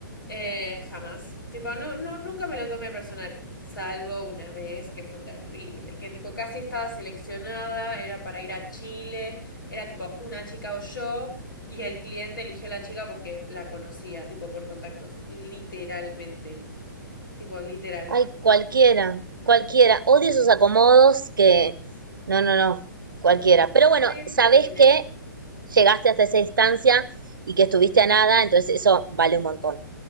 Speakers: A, on the left (about 75°); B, on the right (about 75°).
A: eh, jamás. Tipo, no, no, nunca me lo tomé personal, salvo una vez que fue terrible, que tipo casi estaba seleccionada, era para ir a Chile, era tipo una chica o yo, y el cliente eligió a la chica porque la conocía, tipo por contactos, literalmente. Tipo, literal.
B: Ay,
A: <laughs>
B: cualquiera, cualquiera. Odio esos acomodos que... No, no, no, cualquiera. Pero bueno,
A: Fue
B: sabés
A: terrible.
B: que llegaste hasta esa instancia y que estuviste a nada, entonces eso vale un montón.